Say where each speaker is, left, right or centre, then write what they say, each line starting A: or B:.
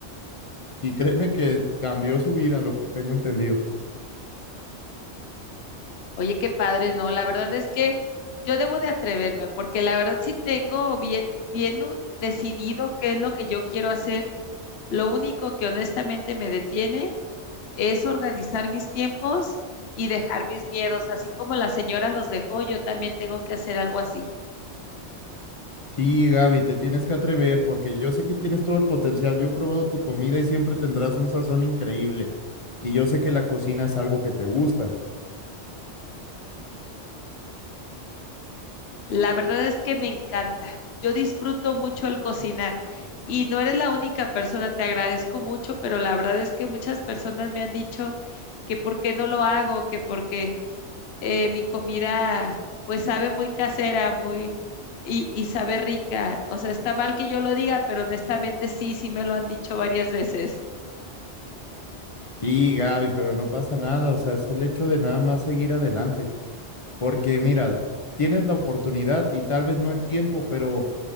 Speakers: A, on the left; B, on the left.
A: y créeme que cambió su vida, lo que tengo entendido.
B: Oye, qué padre, no, la verdad es que yo debo de atreverme, porque la verdad sí tengo bien, bien u- decidido qué es lo que yo quiero hacer. Lo único que honestamente me detiene es organizar mis tiempos y dejar mis miedos, así como la señora los dejó, yo también tengo que hacer algo así.
A: Sí, Gaby, te tienes que atrever porque yo sé que tienes todo el potencial. Yo he probado tu comida y siempre tendrás un sazón increíble. Y yo sé que la cocina es algo que te gusta.
B: La verdad es que me encanta, yo disfruto mucho el cocinar y no eres la única persona, te agradezco mucho, pero la verdad es que muchas personas me han dicho que por qué no lo hago, que porque eh, mi comida pues sabe muy casera, muy y, y sabe rica. O sea, está mal que yo lo diga, pero honestamente sí, sí me lo han dicho varias veces.
A: Sí, Gaby, pero no pasa nada, o sea, es el hecho de nada más seguir adelante, porque mira, tienes la oportunidad y tal vez no el tiempo, pero